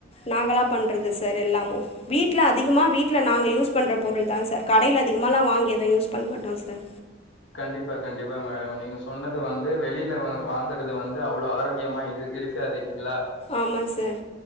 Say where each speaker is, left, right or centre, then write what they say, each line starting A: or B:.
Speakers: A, on the left; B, on the left.
A: நாங்களா பண்றது சார் எல்லாமு வீட்ல அதிகமா வீட்ல நாங்க யூஸ் பண்ற பொருள் தா சார் கடைல அதிகமலா வாங்கி எதுவு யூஸ் பண்ண மாட்டோ சார்
B: கண்டிப்பா கண்டிப்பா மேடம் நீங்க சொன்னது வந்து வெளில வாங் வாங்குறது வந்து அவ்ளோ ஆரோகியமா இரு இருக்காது நீங்களா
A: ஆமாம் சார்